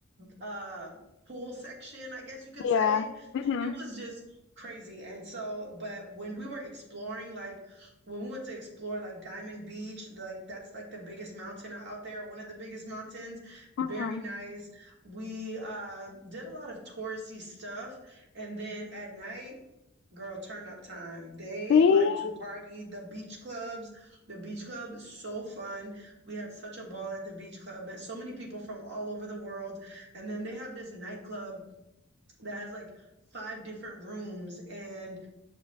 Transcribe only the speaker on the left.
Yeah.
Mm-hmm.
Mm-hmm.
See,